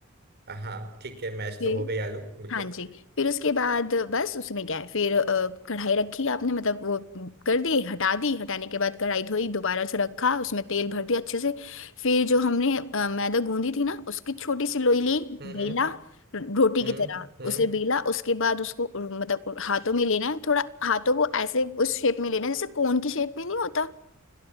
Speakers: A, on the right (about 50°); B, on the left (about 65°).
A: हाँ ठीक है मैच
B: है
A: तो हो गई आलू बिल्कुल
B: हाँ जी फिर उसके बाद बस उसमें क्या है फिर अ, कढ़ाई रखी आपने मतलब वो कर दी हटा दी हटाने के बाद कढ़ाई धोई दोबारा से रखा उसमें तेल भर दिया अच्छे से फिर जो हमने अ, मैदा गूंदी थी ना उसकी छोटी सी लोई ली
A: हम्म
B: बेला
A: हम्म
B: रोटी
A: हम्म
B: की तरह
A: हम्म,
B: उसे बेला उसके बाद उसको अ, मतलब हाथों में लेना है थोड़ा हाथों को ऐसे उस शेप में लेना है जैसे कोन की शेप में नहीं होता